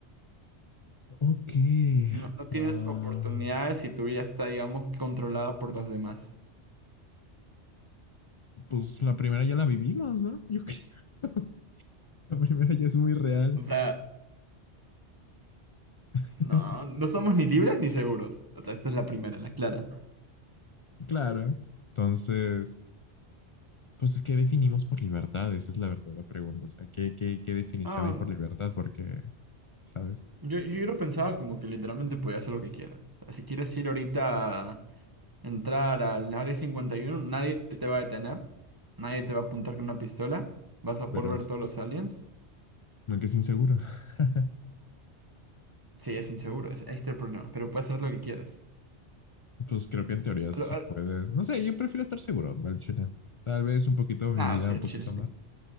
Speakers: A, on the left (about 50°); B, on the right (about 20°).
A: Ok.
B: No, no tienes
A: Ah...
B: oportunidades y tu vida está, digamos, controlada por los demás.
A: pues la primera ya la vivimos, ¿no? Yo creo. <laughs> La primera ya es muy real.
B: O sea,
A: <laughs>
B: no, no somos ni libres ni seguros. O sea, esta es la primera, la clara.
A: claro. Entonces, pues, ¿qué definimos por libertad? Esa es la verdadera pregunta. O sea, ¿qué, qué, qué definición
B: Ah,
A: hay por libertad? Porque, ¿sabes?
B: yo, yo lo pensaba como que literalmente podías hacer lo que quieras. O sea, si quieres ir ahorita a entrar al área 51, nadie te va a detener, nadie te va a apuntar con una pistola, vas a
A: Pero
B: poder ver todos los aliens.
A: nunca es inseguro. <laughs>
B: Sí, es inseguro, es, este es el problema, pero puedes hacer lo que quieras.
A: pues creo que en teoría
B: A
A: sí
B: lo- a lo-
A: puedes. No sé, yo prefiero estar seguro, mal chino. Tal vez un poquito mi
B: Ah,
A: vida,
B: sí,
A: un
B: el
A: poquito
B: chile sí.
A: más.